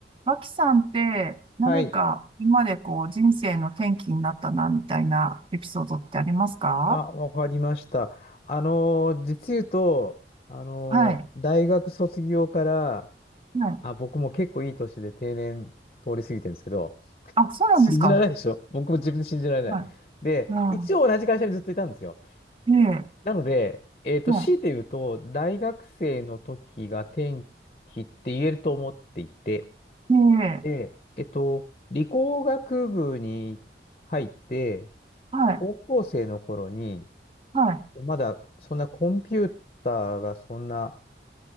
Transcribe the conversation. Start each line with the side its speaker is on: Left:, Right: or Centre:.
Right: 脇さんって何か今までこう人生の転機になったなみたいなエピソードってありますか
Left: はい。あ、わかりました。あのー、実言うと、あのー、
Right: はい。
Left: 大学卒業から、
Right: はい。
Left: あ、僕も結構いい年で定年通り過ぎてるんですけど、
Right: あ、そうなんですか。
Left: 信じられないでしょ僕も自分で信じられない。
Right: はい。
Left: で、
Right: あ
Left: 一応同じ会社にずっといたんですよ。
Right: ーええ、
Left: なので、えっと、
Right: は
Left: 強いて言うと、大学生の時が転機って言えると思っていて、
Right: い。ええ、
Left: で、えっと、理工学部に入って、
Right: はい。
Left: 高校生の頃に、
Right: はい。
Left: まだそんなコンピューターがそんな